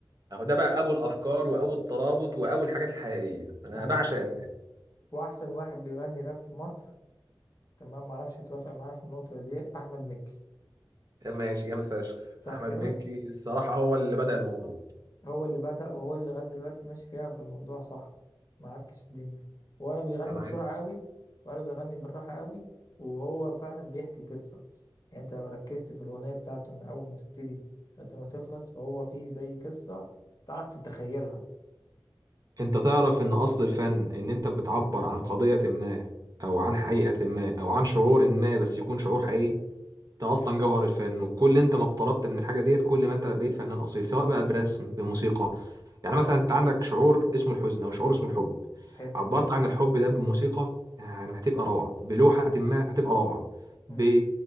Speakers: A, on the right (about 45°); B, on the left (about 50°).
A: اهو ده بقى ابو الافكار وابو الترابط وابو الحاجات الحقيقيه انا
B: أيوه
A: بعشق
B: دي حقيقة
A: الراب
B: وأحسن واحد بيغني راب في مصر تمام معرفش هتوافق معايا في النقطة دي أحمد مكي
A: ماشي جامد فشخ
B: صح
A: احمد
B: كده؟
A: مكي الصراحه هو اللي بدأ الموضوع
B: هو اللي بدأ وهو اللي لغاية دلوقتي ماشي فيها في الموضوع صح معكش الدنيا ولا بيغني
A: تمام
B: بسرعة قوي ولا بيغني بالراحة قوي وهو فعلا بيحكي قصة يعني انت لو ركزت في الأغنية بتاعته من أول ما تبتدي لغاية ما تخلص فهو فيه زي قصة تعرف تتخيلها
A: انت تعرف ان اصل الفن ان انت بتعبر عن قضية ما او عن حقيقة ما او عن شعور ما بس يكون شعور حقيقي انت اصلا جوهر الفن وكل انت ما اقتربت من الحاجه ديت كل ما انت بقيت فنان اصيل سواء بقى برسم بموسيقى يعني مثلا انت عندك شعور اسمه الحزن او شعور اسمه الحب
B: حلو
A: عبرت عن الحب ده بموسيقى يعني هتبقى روعه بلوحه ما هتبقى روعه ب...
B: مم.